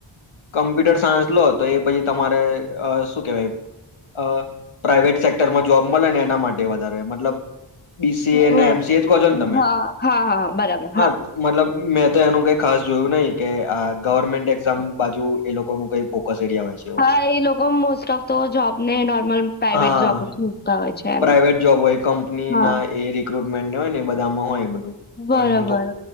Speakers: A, on the left; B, on the left.
A: કમ્પ્યુટર સાયન્સ તો એ પછી તમારે અ શું કેવાય અ પ્રાઈવેટ સેક્ટરમાં જોબ મળે ને એના માટે વધારે મતલબ. બીસીએ
B: હ,
A: અને એમસી એ જ કહ છો ને તમે
B: હા હા હા બરાબર
A: હા મતલબ મેં તો એનું કઈ ખાસ જોયું નહી કે આ. Government exam. બાજુ એ લોકો નું કઈ ફોકસ એરિયા હોય છે એવો
B: હા એ લોકો મોસ્ટ ઓફ તો જોબને નોર્મલ પ્રાઈવેટ
A: હા
B: જોબ મૂકતા હોય છે એમ
A: પ્રાઇવેટ જોબ હોય કંપની
B: હા.
A: ના <unintelligible> હોય ને બધામાં હોય
B: બરોબર
A: એ તો